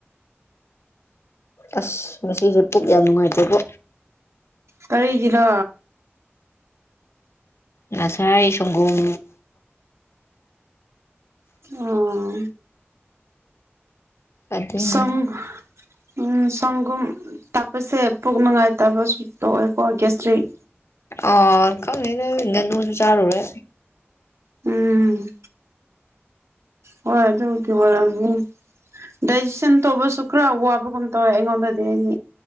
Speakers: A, on the left; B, on the right.
A: ꯑꯁ ꯉꯁꯤꯁꯦ ꯄꯨꯛ ꯌꯥꯝ ꯅꯨꯡꯉꯥꯏꯇꯦꯕꯣ
B: ꯀꯔꯤꯒꯤꯔ
A: ꯉꯁꯥꯏ ꯁꯪꯒꯨꯝ
B: ꯑꯣ
A: ꯑꯗꯨꯏꯅꯤꯗ
B: ꯁꯪ ꯎꯝ ꯁꯪꯒꯨꯝ ꯇꯥꯛꯄꯁꯦ ꯄꯨꯛ ꯅꯨꯡꯉꯥꯏꯇꯕ ꯁꯨꯇꯣ ꯑꯣꯏꯀꯣ ꯒ꯭ꯌꯥꯁꯇ꯭ꯔꯤꯛ
A: ꯑꯣ ꯈꯪꯗꯦꯗ ꯉꯥꯅꯨꯁꯨ ꯆꯥꯔꯨꯔꯦ
B: ꯎꯝ ꯍꯣꯏ ꯑꯗꯨꯕꯨꯗꯤ ꯑꯣꯏꯔꯝꯅꯤ ꯗꯥꯏꯖꯦꯁꯟ ꯇꯧꯕꯁꯨ ꯈꯔ ꯋꯥꯕꯒꯨꯝ ꯇꯧꯋꯦ ꯑꯩꯉꯣꯟꯗꯗꯤ ꯑꯩꯗꯤ